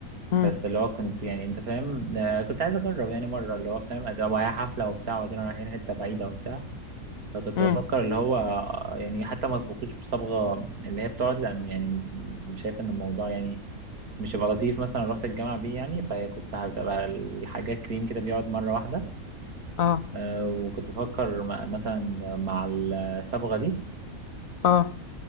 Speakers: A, on the left; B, on the right.
A: امم
B: بس اللي هو كنت يعني انت فاهم آه، كنت عايز اجرب يعني مره اللي هو فاهم ده هي حفله وبتاع وبعدين رايحين حته بعيده وبتاع فكنت
A: امم
B: بفكر اللي هو آه، يعني حتى ما اسبقوش بصبغه اللي هي بتقعد لان يعني م- شايف ان الموضوع يعني مش هيبقى لطيف مثلا رحت الجامعه بيه يعني فهي كنت هتبقى الحاجه كريم كده بيقعد مره واحده
A: اه
B: آه، وكنت بفكر م- مثلا مع الصبغه دي
A: اه